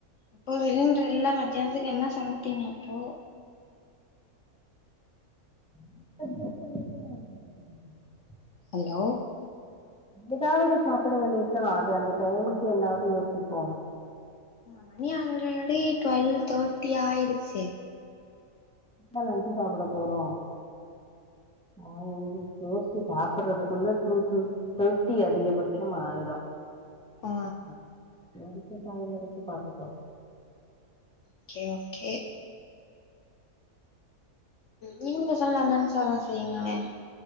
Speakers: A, on the left (about 60°); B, in the centre.
A: இப்போ சிலிண்ட்ரு இல்லாம் மத்யான்த்துக்கு என்ன சமைப்பீங்க அப்போ
B: <inaudible>
A: ஹலோ
B: எதாவது சாப்பிட வேண்டியதா அது அந்த டைமுக்கு என்னாவ்து யோசிப்போ
A: மணி ஆல்ரடி ட்வெல் தேட்டி ஆயிடுச்சே
B: மேல லஞ்சு சாப்பிட போறோ நாங்க ஒரு தோஷ்டு சாப்பிறதுக்குள்ள டூ டூ தேட்டி அதிகபட்சம் ஆயிடோ
A: ஆ
B: அது வரைக்கு டைம் இருக்கு பாத்துக்கலா
A: ஓகே ஓகே நீங்ளு பெசாம் லெமன் சாதோ செய்யிங்களே